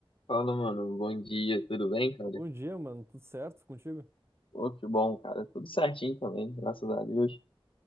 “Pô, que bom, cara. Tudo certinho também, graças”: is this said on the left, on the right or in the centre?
Left